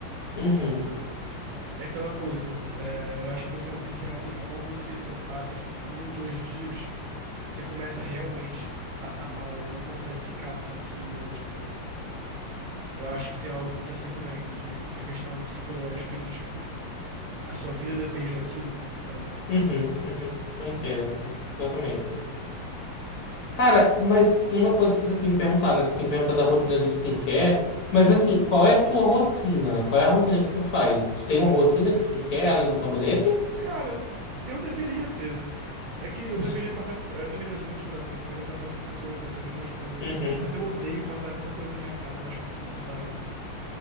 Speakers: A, on the left; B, on the right.
A: Uhum,
B: Tipo, É aquela coisa, é, eu acho que você é um viciado em algo, se isso passa, tipo, um, dois dias, você começa a realmente passar mal, não consegue ficar sem aquilo, é tipo... Eu acho que tem algo muito assim também, de, na questão psicológica, de, tipo, a sua vida depende daquilo, sabe?
A: uhum, uhum. Eu entendo, exatamente. Cara, mas uma coisa que você tinha me perguntado, né? Você tinha me perguntado da rotina do skincare. Mas assim, qual é a tua rotina? Qual é a rotina que tu faz? Tu tem uma rotina de skincare além do sabonete?
B: Cara, eu deveria ter. É que eu
A: <laughs>
B: deveria passar... Eu deveria, eu sou muito branco, eu deveria passar protetor, eu deveria fazer um monte de coisa,
A: Uhum,
B: mas eu odeio passar qualquer coisa na minha cara, eu acho muito desconfortável.